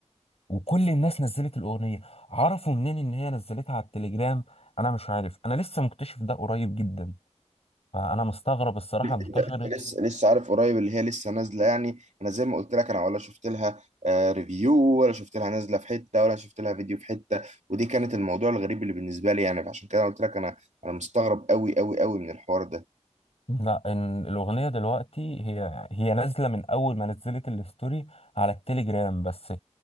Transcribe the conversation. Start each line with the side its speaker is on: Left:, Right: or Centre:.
Left: وكل الناس نزلت الاغنيه عرفوا منين ان هي نزلتها على التليجرام انا مش عارف انا لسه مكتشف ده قريب جدا فانا مستغرب الصراحه
Right: لا،
Left: انتشرت
Right: انت انت لسه لسه عارف قريب اللي هي لسه نازله يعني انا زي ما قلت لك انا ولا شفت لها آه، ريفيو ولا شفت لها نازله في حته ولا شفت لها فيديو في حته ودي كانت الموضوع الغريب اللي بالنسبه لي يعني فعشان كده قلت لك انا انا مستغرب قوي قوي قوي من الحوار ده
Left: لا إن الأغنية دلوقتي هي هي نازلة من أول ما نزلت الستوري على التليجرام بس